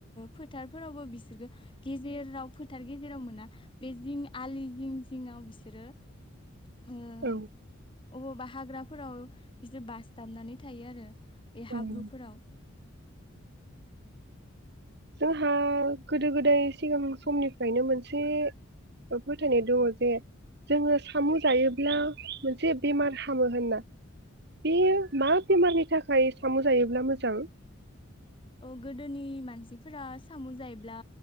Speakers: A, on the left (about 25°); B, on the right (about 50°).
A: फोथारफोरावबो बिसोरखो गेजेराव फोथार गेजेराव मोना। बे जिं आलि जिं जिंआव बिसोरो ओ
B: औ
A: अबाव बा हाग्राफोराव बिसोर बासथाबनानै थायो आरो। बे
B: नंगौ।
A: हाब्रुफोराव।
B: जाहा गोदो गोदाय सिगां समनिफ्रायनो मोनसे फोथायनाय दङ जे जोङो सामु जायोब्ला मोनसे बेमार हामो होनना बे मा बेमारनि थाखाय सामु जायोब्ला मोजां?
A: औ गोदोनि मानसिफोरा साम जायोब्ला